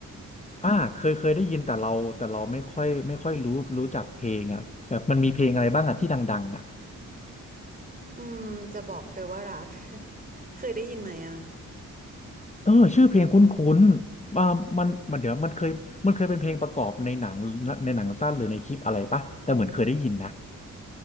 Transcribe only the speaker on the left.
อ่าเคยเคยได้ยินแต่เราแต่เราไม่ค่อยไม่ค่อยรู้รู้จักเพลงอ่ะแบบมันมีเพลงอะไรบ้างอ่ะที่ดังๆอ่ะ
เออชื่อเพลงคุ้นๆอ่ามันมันเดี๋ยวมันเคยมันเคยเป็นเพลงประกอบในหนังในหนังสั้นหรือในคลิปอะไรปะแต่เหมือนเคยได้ยินนะ